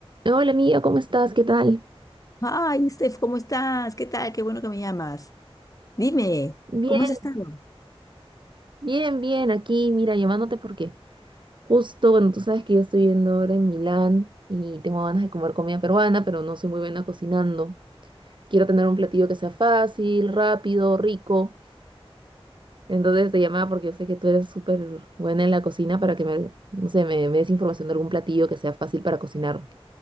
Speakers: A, on the right; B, on the left.
A: Hola amiga, ¿cómo estás? ¿Qué tal?
B: Ay, Steph, ¿cómo estás? ¿Qué tal? Qué bueno que me llamas. Dime,
A: Bien,
B: ¿cómo has estado?
A: bien, bien, aquí, mira, llamándote porque justo, bueno, tú sabes que yo estoy viendo ahora en Milán y tengo ganas de comer comida peruana, pero no soy muy buena cocinando. Quiero tener un platillo que sea fácil, rápido, rico. Entonces te llamaba porque yo sé que tú eres súper buena en la cocina para que me, no sé, me, me des información de algún platillo que sea fácil para cocinar,